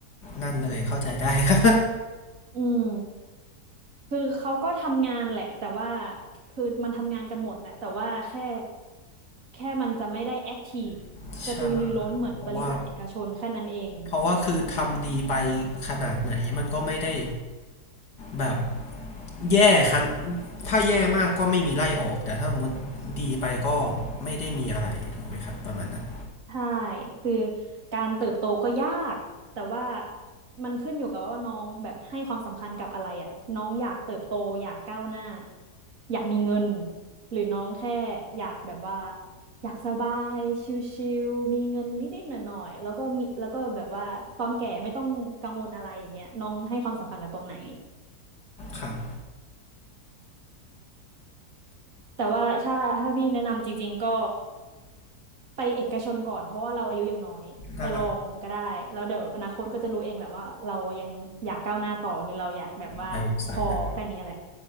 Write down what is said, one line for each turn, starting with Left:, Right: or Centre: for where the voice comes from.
Left: นั่นเลยเข้าใจได้ครับ
Right: อืม คือเขาก็ทำงานแหละแต่ว่าคือมันทำงานกันหมดแหละแต่ว่าแค่แค่มันจะไม่ได้แอคทีฟ
Left: <laughs>
Right: กระตือรือร้นเหมือนบริษัทเอกชนแค่นั้นเอง
Left: ใช่เพราะว่าเพราะว่าคือทำดีไปขนาดไหนมันก็ไม่ได้แบบแย่คันถ้าแย่มากก็ไม่มีไล่ออกแต่ถ้าสมมติดีไปก็ไม่ได้มีอะไรถูกไหมครับประมาณนั้น
Right: ใช่คือการเติบโตก็ยากแต่ว่ามันขึ้นอยู่กับว่าน้องแบบให้ความสำคัญกับอะไรอ่ะน้องอยากเติบโตอยากก้าวหน้าอยากมีเงินหรือน้องแค่อยากแบบว่าอยากสบายชิลๆมีเงินนิดๆหน่อยๆแล้วก็มีแล้วก็แบบว่าตอนแก่ไม่ต้องกังวลอะไรอย่างเงี้ยน้องให้ความสำคัญกับตรงไหน
Left: ครับ
Right: แต่ว่าถ้าถ้าพี่แนะนำจริงๆก็ ไปเอกชนก่อนเพราะว่าเราอายุยังน้อยไปลองก็ได้แล้วเดี๋ยวอนาคตก็จะรู้เองแหละว่าเรายังอยากก้าวหน้าต่อหรือเราอยากแบบว่าพอแค่นี้แหละ
Left: ได้ไปสายไหน